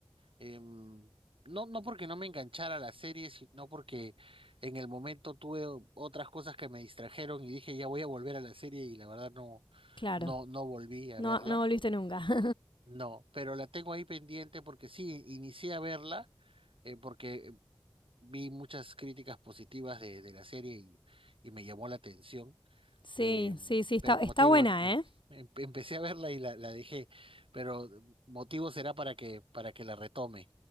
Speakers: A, on the right; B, on the left.
A: em, no, no porque no me enganchara a la serie, sino porque en el momento tuve otras cosas que me distrajeron y dije, ya voy a volver a la serie y la verdad no,
B: Claro.
A: no, no volví a
B: No,
A: verla.
B: no volviste nunca. <laughs>
A: No, pero la tengo ahí pendiente porque sí, inicié a verla, eh, porque vi muchas críticas positivas de, de la serie y, y me llamó la atención.
B: sí,
A: Eh,
B: sí, sí, está,
A: pero
B: está
A: como te digo,
B: buena,
A: em- em-
B: ¿eh?
A: em- empecé a verla y la, la dejé, pero motivo será para que, para que la retome.